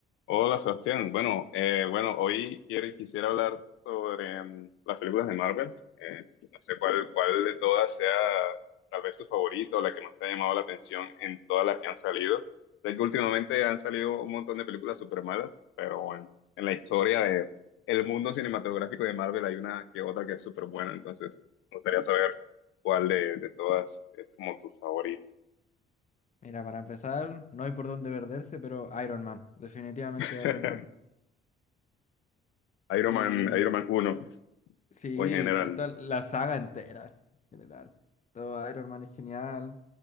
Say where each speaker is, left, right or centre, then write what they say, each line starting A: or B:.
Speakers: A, on the left; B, on the left.
A: Hola Sebastián, bueno, eh, bueno, hoy quiero, quisiera hablar sobre mm, las películas de Marvel. Eh, no sé cuál, cuál de todas sea tal vez tu favorito o la que más te ha llamado la atención en todas las que han salido. Sé que últimamente han salido un montón de películas súper malas, pero bueno, en la historia de el mundo cinematográfico de Marvel hay una que otra que es súper buena, entonces me gustaría saber cuál de, de todas es como tu favorito.
B: Mira, para empezar, no hay por dónde perderse, pero Iron Man, definitivamente
A: <laughs>
B: Iron Man.
A: Iron
B: Y
A: Man, Iron Man 1
B: sí,
A: o en general.
B: con toda la saga entera, en general. Todo Iron Man es genial.